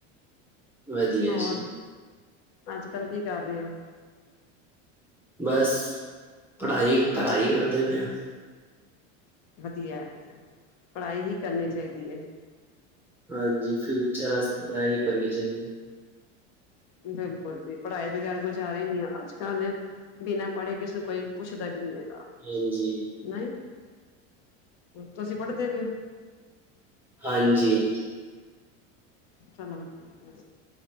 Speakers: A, in the centre; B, on the left.
A: ਵਧੀਆ
B: ਹੋਰ
A: ਜੀ
B: ਅੱਜ- ਕੱਲ ਕੀ ਕਰ ਰਹੇ ਓ?
A: ਬਸ, ਪੜ੍ਹਾਈ -ਪੜ੍ਹਾਈ ਕਰਦੇ ਪਏ ਆਂ
B: ਵਧੀਆ ਪੜ੍ਹਾਈ ਹੀ ਕਰਨੀ ਚਾਹੀਦੀ ਏ।
A: ਹਾਂਜੀ ਫਿਊਚਰ ਵਾਸਤੇ ਤਾਂ ਐਈ ਕਰਨੀ ਚਾਹੀਦੀ।
B: ਬਿਲਕੁਲ ਜੀ ਪੜ੍ਹਾਈ ਬਗੈਰ ਗੁਜ਼ਾਰਾ ਈ ਨੀ ਅੱਜ- ਕੱਲ ਬਿਨਾਂ ਪੜ੍ਹੇ ਕਿਸੇ ਕੋਈ ਪੁੱਛਦਾ ਵੀ ਨੀ ਹੈ।
A: ਹਾਂਜੀ
B: ਨਈ ਤੁਸੀ ਪੜ੍ਹਦੇ ਪੇ ਔ?
A: ਹਾਂਜੀ।
B: ਚਲੋ ਵਧੀਆ